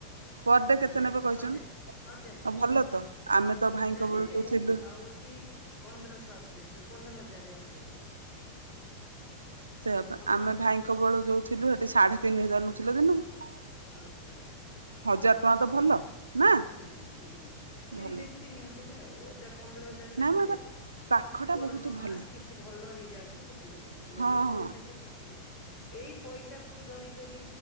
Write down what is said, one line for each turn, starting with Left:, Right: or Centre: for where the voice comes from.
Right: ପର ଡେ
Left: ହଜାରେ
Right: କେତେ ନେବେ କହିଛନ୍ତି
Left: ହଜାରେ ହଜାରେ
Right: ଆଉ ଭଲ ତ ଆମେ ତ ଭାଇଙ୍କ
Left: ହଜାରେ
Right: ବେଳୁ ଯୋଉ
Left: ଆଉ
Right: ଥିଲୁ
Left: ହଉଛି। ପନ୍ଦରଶହ ଅପରେସନ୍ ପନ୍ଦର ହଜାର ଅପରେସନ୍।
Right: ସେଇଆପା
Left: ପନ୍ଦର
Right: ଆମେ
Left: ହଜାର
Right: ଭାଇଙ୍କ ବେଳେ ଯୋଉ ଥିଲୁ ହେଠି ସାଢେ ତିନି ହଜାର ନଉଥିଲେ ଦିନକୁ।
Left: ଆଚ୍ଛା ଆଚ୍ଛା।
Right: ହଜାର ଟଙ୍କା ତ ଭଲ। ନା
Left: ହୁଁ ହୁଁ ହୁଁ ହୁଁ ତିନି
Right: ଭଲ
Left: ଦିନ ତିନି ହଜାର ଆଉ ଏଇଟା ପନ୍ଦର ହଜାର
Right: ନା
Left: ନେବେ।
Right: ମ ଏଟା
Left: ନିଅନ୍ତୁ
Right: ପାଖଟା
Left: ବରଙ୍ଗ
Right: ବହୁତ ଭଲ
Left: ମା କିଛି ଭଲ ହେଇଯାଆନ୍ତୁ ବୁଝିଲେ କି। ନେଲେ
Right: ହଁ
Left: ପଇସା
Right: ହଁ
Left: ଠି କିଛି ନାହିଁ ଏଇ ପଇସା କୁ ଡରି ଡରି